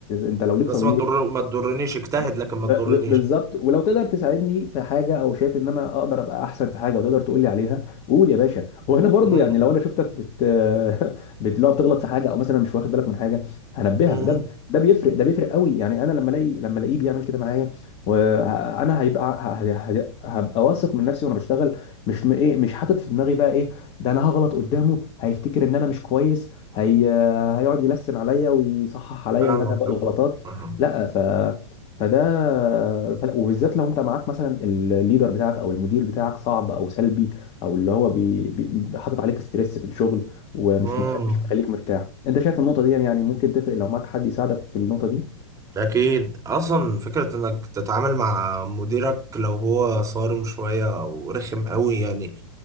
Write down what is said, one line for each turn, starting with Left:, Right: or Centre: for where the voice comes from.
Left: انت لو ليك
Right: بس
Left: صديق
Right: ما تضر ما تضرنيش اجتهد
Left: ب...
Right: لكن ما
Left: ب...
Right: تضرنيش
Left: ب- بالظبط ولو تقدر تساعدني في حاجه او شايف ان انا اقدر ابقى احسن في حاجه وتقدر تقول لي عليها قول يا باشا وانا برضو
Right: مم.
Left: يعني لو انا شفتك بت <laughs> بت لو بتغلط في حاجه او مثلا مش واخد بالك من حاجه هنبهك
Right: مم.
Left: ده ده بيفرق ده بيفرق قوي يعني انا لما الاقي لما الاقيه بيعمل كده معايا وانا هيبقى ه- ه- هبقى واثق من نفسي وانا بشتغل مش م... ايه مش حاطط في دماغي بقى ايه ده انا هغلط قدامه هيفتكر ان انا مش كويس هي... هيقعد يلسن عليا ويصحح عليا
Right: فاهمك
Left: اللي انا بقى الغلطات
Right: مم.
Left: لا ف فده فل- وبالذات لو انت معاك مثلا الليدر بتاعك او المدير بتاعك صعب او سلبي او اللي هو بي... بي... حاطط عليك ستريس في الشغل ومش
Right: مم.
Left: مخ... مش مخليك مرتاح انت شايف النقطه دي يعني ممكن تفرق لو معاك حد يساعدك في النقطه دي
Right: اكيد اصلا فكره انك تتعامل مع مديرك لو هو صارم شويه او رخم قوي يعني